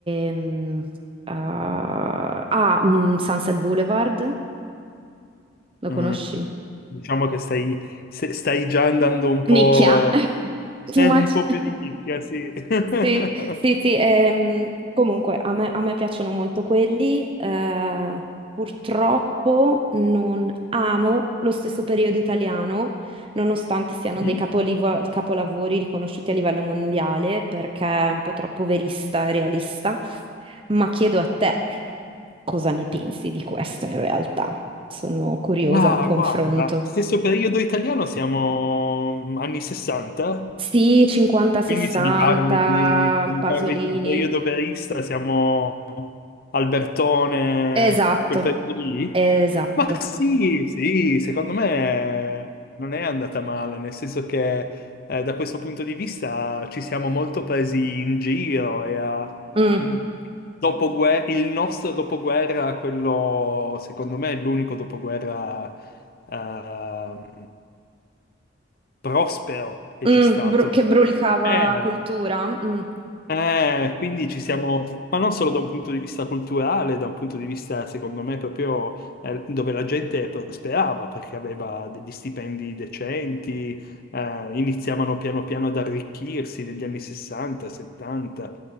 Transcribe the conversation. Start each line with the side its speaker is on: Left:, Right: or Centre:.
Right: ehm, ah, ah, mm, Sunset Boulevard. Lo conosci?
Left: mm. Diciamo che stai, se- stai già andando un po',
Right: Nicchia. <laughs> Too
Left: eh,
Right: much.
Left: un po'
Right: <laughs>
Left: più di nicchia, sì. <laughs>
Right: Sì, sì, sì. ehm, comunque, a me, a me piacciono molto quelli. eh, purtroppo non amo lo stesso periodo italiano, nonostante siano
Left: Mm?
Right: dei capolivo- capolavori riconosciuti a livello mondiale, perché è un po' troppo verista e realista. Ma chiedo a te, cosa ne pensi di questo in realtà? Sono curiosa
Left: Ah,
Right: al confronto.
Left: guarda, stesso periodo italiano, siamo anni 60.
Right: Sì, 50-60,
Left: Quindi se mi parli, se mi
Right: Pasolini.
Left: parli di un periodo verista, siamo Albertone,
Right: Esatto,
Left: quel periodo lì?
Right: esatto.
Left: Ma sì, sì, secondo me non è andata male, nel senso che eh, da questo punto di vista ci siamo molto presi in giro e a-
Right: Mm,
Left: mh, dopoguer- il nostro dopoguerra, quello secondo me è l'unico dopoguerra ehm, prospero che
Right: mm,
Left: c'è stato.
Right: bru- che brulicava
Left: Eh,
Right: cultura. mm.
Left: eh, quindi ci siamo, ma non solo da un punto di vista culturale, da un punto di vista, secondo me, proprio eh, dove la gente prosperava perché aveva degli stipendi decenti, eh, iniziavano piano piano ad arricchirsi negli anni 60, 70